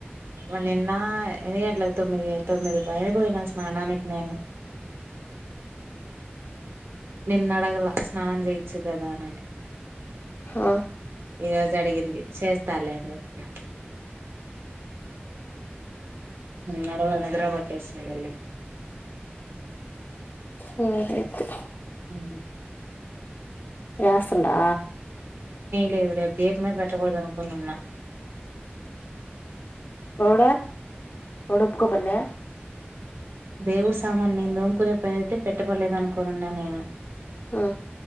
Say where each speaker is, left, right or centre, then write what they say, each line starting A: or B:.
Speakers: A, on the right; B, on the left.
A: వ నిన్న ఎన్ని గంటలకు తొమ్మిది తొమ్మిది పైన పోయినా స్నానానికి నేను నిన్ను అడగలే స్నానం చేయచ్చు కదా నేను
B: హా
A: ఈ రోజు అడిగింది చేస్తా లేే అని చెప్పిన నడుమ నిదర పట్టేస్తుంది మళ్ళీ
B: హ మ్ <inaudible>
A: మ్
B: వాస్తుందా
A: లేదు రేపు దీపమే పెట్టకూడదు అనుకుని ఉన్నా
B: ఎవడు ఎవడు ఒప్పుకో పనలే
A: దేవుడు సామాన్లులేందో కునే పని అయితే పెట్టబడలేదు అనుకొని ఉన్నా నేను
B: ఆ